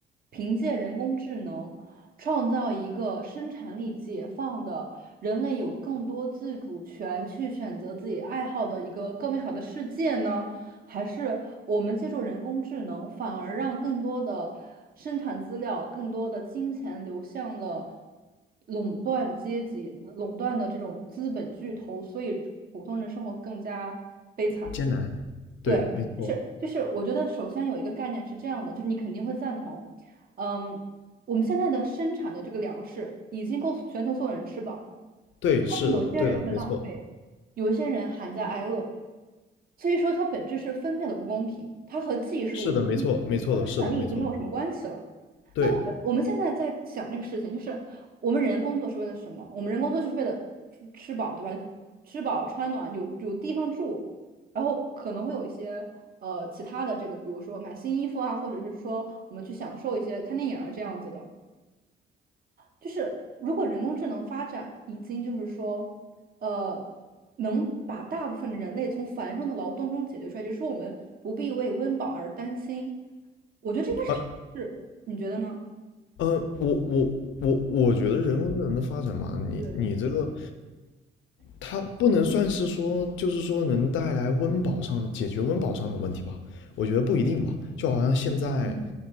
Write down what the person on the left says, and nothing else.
艰难？对，
没错，
对，是的，
对的，没错，
是的，没错，没错的，
是的，没错，对，
啊，
呃，我我我我觉得人工智能的发展嘛，你你这个
它不能算是说，就是说能带来温饱上解决温饱上的问题吧？我觉得不一定吧，就好像现在